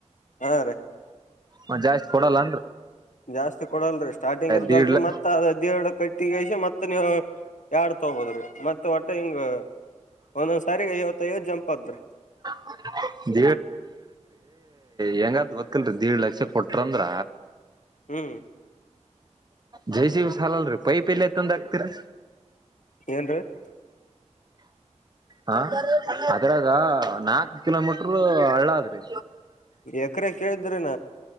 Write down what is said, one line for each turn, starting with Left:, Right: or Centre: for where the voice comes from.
Left: ಹಾ ರೀ
Right: ಮ <unintelligible> ಜಾಸ್ತಿ ಕೊಡಲ್ಲ
Left: ಜಾಸ್ತಿ ಕೊಡಲ್ರರಿ ಸ್ಟಾರ್ಟಿಂಗ್ ಇರ್ತಲ್ರರಿ
Right: ದೀಡ್ ಲ
Left: ಮತ್ತತ್ ಅದದ ದೇರಡ ಕಟ್ಟಿಗಸ ಮತ್ತತ್ ನೀವು ಎರಡ್ ತಗಬೋದ್ರಿ ಮತ್ತೆ ಒಟ್ಟೆ ಹಿಂಗ ಒಂದೊಂದ್ ಸಾರಿಗೆ ಐವತ್ತ ಐವತ್ತು ಜಂಪ್ ಅತರಿ
Right: <unintelligible> <inaudible> ಹೆಂಗಾರ್ದ ಗೊತ್ತಲ್ರಿ ಏಳು ಲಕ್ಷ ಕೊಟ್ರಂದ್ರ
Left: ಹ್ಮ್
Right: ಜೆಸಿಬಿ ಸಾಲಲ್ಲರೀ ಪೈಪ್ ಇಲ್ಲೆ ತಂದ ಆಗ್ತಿರಿ
Left: ಏನ್ರೀ <unintelligible>
Right: ಹ ಅದ್ರಾಗ ನಾಕ್ ಕಿಲೋಮೀಟರ್ ಹಳ್ಳ ಆದ್ರಿ
Left: ಎಕರೆ ಕೇಳಿದ್ರನ